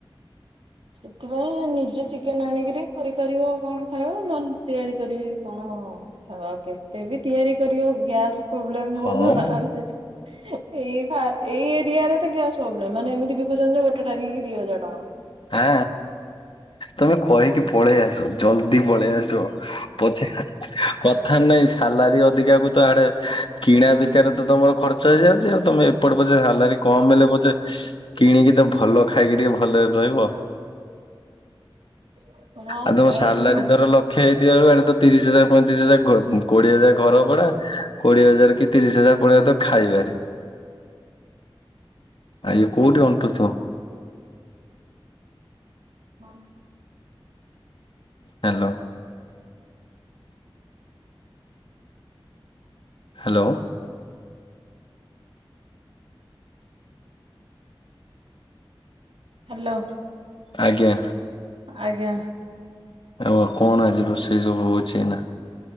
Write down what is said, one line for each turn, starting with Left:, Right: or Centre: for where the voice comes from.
Right: ସେଥିପାଇଁ ନିଜେ ଚିକେନ୍ ଆଣିକିରି କରିପାରିବ କଣ ଖାଇବ ନହେଲେ ତିଆରି କରି କଣ ହବ। ହ କେତେ ବିି ତିଆରି କରିବ ଗ୍ୟାସ୍ ପ୍ରୋବ୍ଲେମ
Left: ହଁ
Right: ହୋଉଛି ନା
Left: ମ
Right: ବୋହୁତ୍ ଏଇ ଏଇ ଏରିଆରେ ତ ଗ୍ୟାସ୍ ପ୍ରୋବ୍ଲେମ୍ ମାନେ ଏମିତି ବିକୁଛନ୍ତି ଯେ ଗୋଟେ ଟଙ୍କିକୁ ଦି ହଜାର ଟଙ୍କା।
Left: ହଁ ତମେ କହିକି ପଳେଇ ଆସ ଜଲଦି ପଳେଇ ଆସ। ପଛେ କଥ ନାଇଁ ସାଲାରୀ ଅଧିକା କ ତ ଆଡେ କିଣା ବିକାରେ ତ ତମର ଖର୍ଚ୍ଚ ହେଇଯାଉଛି ଆଉ ତମେ ଏପଟ ପଛେ ସାଲାରୀ କମ ହେଲେ ପଛେ କିଣିକି ତ ଭଲ ଖାଇକି ଟିକେ ଭଲରେ ରହିବ।
Right: ଟଙ୍କା। ହଁ
Left: ଆ ତମ
Right: ପଳେଇବୁ
Left: ସାଲାରୀ ଧର ଲକ୍ଷ ହେଇଥିଲା ବେଳୁ ଇଆଡେ ତ ତିରିଶ ହଜାର ପଇଁତିରିଶ ହଜାର ଘ କୋଡ଼ିଏ ହାଜର ଘର ଭଡା। କୋଡିଏ ହଜାର କି ତିରିଶ ହଜାର ପଳେଇ ଯାଉଥିବ ଖାଇବାରେ। ଆ ଏ କୋଉଠି ଅଣ୍ଟୁ ଥବ।
Right: ହଁ।
Left: ହାଲୋ। ହାଲୋ।
Right: ହାଲୋ।
Left: ଆଜ୍ଞା।
Right: ଆଜ୍ଞା।
Left: ଆଉ କଣ ଆଜି ରୋଷେଇ ସବୁ ହଉଛି ଏଇନା?